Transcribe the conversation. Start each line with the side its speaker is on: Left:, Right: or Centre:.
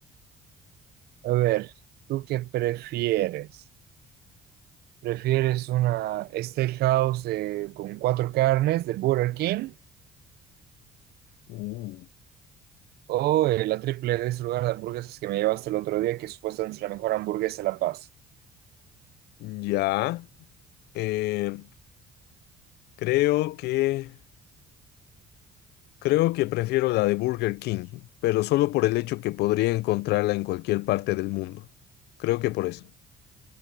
Right: A ver, ¿tú qué prefieres? ¿Prefieres una steakhouse eh, con cuatro carnes de Burger King
Left: Uh.
Right: o eh, la triple de ese lugar de hamburguesas que me llevaste el otro día, que supuestamente es la mejor hamburguesa de La Paz?
Left: Ya, eh, creo que... Creo que prefiero la de Burger King, pero solo por el hecho que podría encontrarla en cualquier parte del mundo. Creo que por eso.